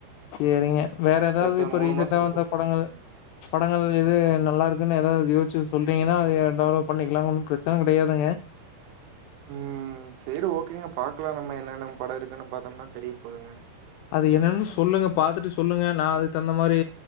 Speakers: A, on the left; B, on the right.
A: சேரிங்க வேற எதாவது
B: செப்டம்பர்
A: இப்ப
B: மூணு
A: ரீசெண்டா
B: மாசோ இருக்கு
A: வந்த படங்கள்
B: ம்
A: படங்கள் எது நல்லா இருக்குன்னு எதாவது யோசிச்சு சொல்டீங்கன்னா அது டவுன்லோட் பண்ணிக்கலா ஒன்னு பிரச்சன கெடையாதுங்க
B: ம் சேரி ஓகேங்க பாக்கலா நம்ம என்னென்ன படம் இருக்குன் பாத்தோம்னா தெரிய போது
A: அது என்னன்னு சொல்லுங்க பாத்துட்டு சொல்லுங்க நா அதுக்கு தகுந்த மாரி